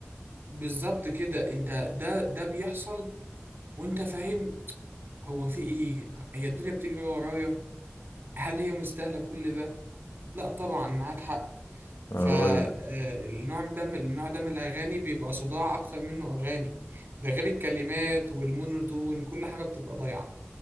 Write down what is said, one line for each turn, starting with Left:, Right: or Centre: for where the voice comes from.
Right: بالظبط كده انت ده ده بيحصل وانت فاهم هو في ايه هي الدنيا بتجري ورايا هل هي مستاهلة كل ده لا طبعا معاك حق
Left: انا
Right: فالنوع
Left: بقول لك،
Right: ده من النوع ده من الاغاني بيبقى صداع اكتر منه اغاني ده غير الكلمات والمونوتون كل حاجة بتبقى ضايعة